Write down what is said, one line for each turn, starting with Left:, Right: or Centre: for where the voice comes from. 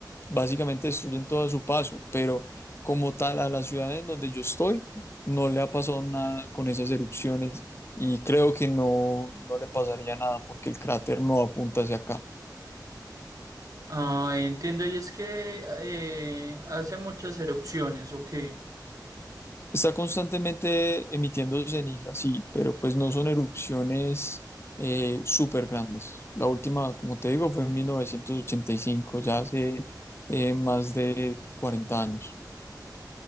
Left: básicamente destruyen todo a su paso, pero como tal a la ciudad en donde yo estoy no le ha pasado nada con esas erupciones y creo que no, no le pasaría nada porque el cráter no apunta hacia acá.
Right: Ah, entiendo, y es que eh, hace muchas erupciones, ok.
Left: Está constantemente emitiendo ceniza, sí, pero pues no son erupciones eh, súper grandes. La última, como te digo, fue en 1985, ya hace eh, más de 40 años.